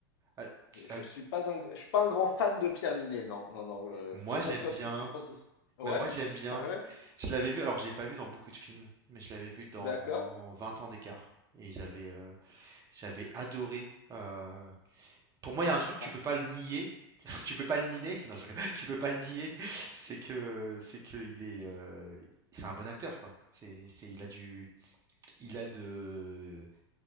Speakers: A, on the right; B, on the left.
A: ah,
B: je, je
A: ah,
B: suis pas un, je suis pas un grand fan de Pierre Ninet, non, non, non. euh,
A: Moi
B: je sais
A: j'aime
B: pas toi
A: bien.
B: ce que tu penses. de ça. Ouais,
A: Bah, moi, j'aime
B: <laughs>
A: bien.
B: ah ouais,
A: Je l'avais vu, alors j'ai pas vu dans beaucoup de films, mais je l'avais vu dans
B: d'accord.
A: Vingt ans d'écart. Et j'avais euh, j'avais adoré. euh, Pour moi,
B: Ah, J'ai
A: il y a un truc,
B: pas
A: tu
B: trop.
A: peux pas le nier. <laughs> Tu peux pas le nier. Non, je rigole. Tu peux pas le nier. <laughs> C'est que c'est que il est euh, c'est un bon acteur quoi. C'est c'est il a du il a de